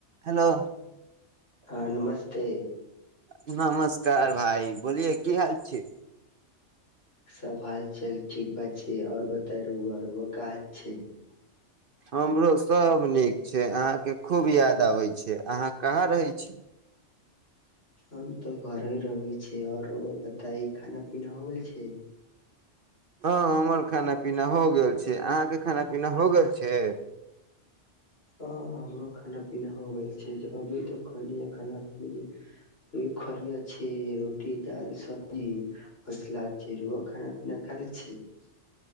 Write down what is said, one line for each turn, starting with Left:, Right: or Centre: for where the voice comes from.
Right: हेलो
Left: हँ नमस्ते
Right: नमस्कार भाइ बोलियए की हाल छी
Left: सब हालचाल ठीक बात छै आर बाजु बत रहआ रह काज छै <unintelligible>
Right: हमरो सभ नीक छै अहाँके खूब याद आबय छैक अहाँ कहाँ रहय छी
Left: हम तऽ घरहे रहय छी ओर रौआ बताइ खाना पीना हो गेल छैक
Right: हँ हमर खाना पीना हो गेल छैक अहाँके खाना पीना हो गेल छैक
Left: ह हमरो खाना पीना हो गेल छैक अभी तऽ खनि खाना पिना खनि छै रोटी दाल सब्जी सलाद छैक रउआ खाना पीना खायल छैक